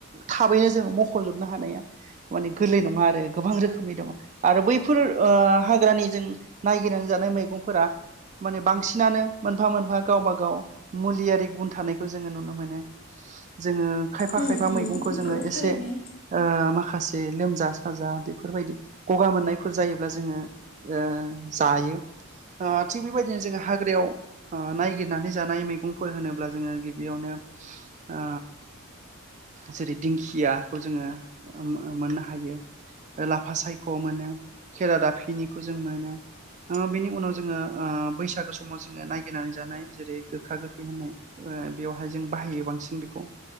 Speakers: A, on the right; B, on the left.
A: थाबैनो जोङो ख'जोबनो हानाया माने गोरलै नङा आरो गोबां रोखोमनि दङ। आरो बैफोर ओ हाग्रानि जों नायगिरनानै जानाय मैगंफोरा माने बांसिनानो मोनफा मोनफा गावबा गाव मुलियारि गुन थानायखौ जोङो नुनो मोनो। जोङो खायफा
B: उम
A: खायफा
B: उम
A: मैगंखौ
B: नंगौ
A: जोङो
B: थारैनो
A: एसे ओ माखासे लोमजा साजा बेफोरबायदि गगा मोननायफोर जायोब्ला जोङो ओ जायो ओ थिग बेबायदिनो जोङो हाग्रायाव ओ नायगिरनानै जानाय मैगंफोर होनोब्ला जोङो गिबियावनो ओ जेरै दिंखियाखौ जोङो मो-मोननो हायो।। लाफा सायख' मोनो, खेरा दाफिनिखौ जों मोनो। ओ बेनि उनाव जोङो ओ बैसागो समाव जोङो नायगिरनानै जानाय जेरै गोखा गोखै होननाय ओ बेवहाय जों बाहायो बांसिन बेखौ